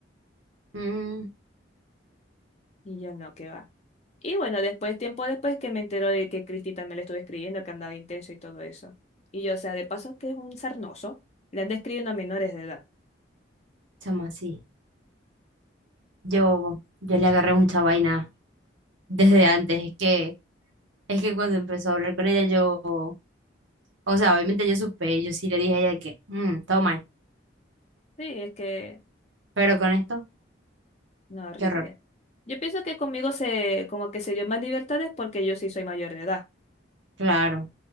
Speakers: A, on the right; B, on the left.
A: Mm,
B: Y yo no, que va. Y bueno, después, tiempo después que me entero de que Cristi también le estuve escribiendo, que andaba intenso y todo eso. Y yo, o sea, de paso que es un sarnoso, le anda escribiendo a menores de edad.
A: chamo, sí Yo, yo le agarré mucha vaina desde antes. Es que, es que cuando empezó a hablar con ella, yo, o sea, obviamente yo supe, yo sí le dije a ella que, mm, todo mal.
B: Sí, es que,
A: Pero con esto,
B: no, horrible.
A: qué horror.
B: Yo pienso que conmigo se, como que se dio más libertades porque yo sí soy mayor de edad
A: Claro.